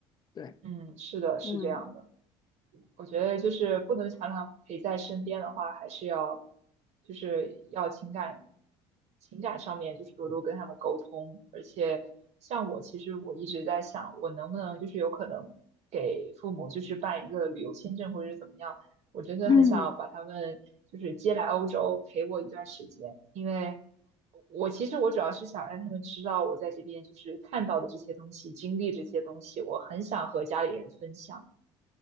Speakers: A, on the left (about 30°); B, on the right (about 60°).
A: 对，
B: 嗯，是的，是这样的。
A: 嗯
B: 我觉得就是不能常常陪在身边的话，还是要就是要情感情感上面就是多多跟他们沟通，而且像我其实我一直在想，我能不能就是有可能给父母就是办一个旅游签证或者是怎么样，我真的很想把他们就是接来欧洲陪我一段时间，
A: 嗯。
B: 因为我其实我主要是想让他们知道我在这边就是看到的这些东西，经历这些东西，我很想和家里人分享。